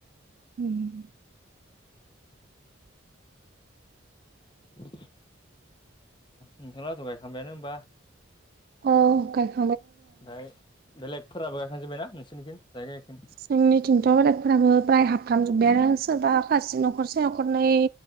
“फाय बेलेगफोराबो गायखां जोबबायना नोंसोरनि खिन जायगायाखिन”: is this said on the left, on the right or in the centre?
Left